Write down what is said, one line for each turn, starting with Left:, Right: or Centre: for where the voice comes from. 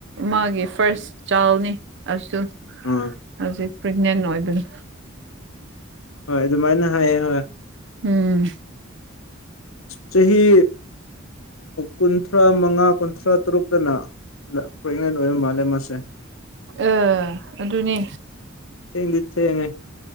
Right: ꯃꯥꯒꯤ ꯐꯥꯔꯁ ꯆꯥꯏꯜꯅꯤ ꯑꯗꯨ
Left: ꯑꯥ
Right: ꯍꯧꯖꯤꯛ ꯄ꯭ꯔꯦꯒꯅꯦꯟ ꯑꯣꯏꯕꯗꯣ
Left: ꯍꯣꯏ ꯑꯗꯨꯃꯥꯏꯅ ꯍꯥꯏꯌꯦ ꯍꯣꯏ
Right: ꯎꯝ
Left: ꯆꯍꯤ ꯀꯨꯟꯊ꯭ꯔꯥ ꯃꯉꯥ ꯀꯨꯟꯊ꯭ꯔꯥ ꯇꯔꯨꯛꯇꯅ ꯄ꯭ꯔꯦꯒꯅꯦꯟ ꯑꯣꯏꯕ ꯃꯥꯜꯂꯦ ꯃꯥꯁꯦ
Right: ꯑ ꯑꯗꯨꯅꯦ
Left: ꯊꯦꯡꯗꯤ ꯊꯦꯡꯉꯦ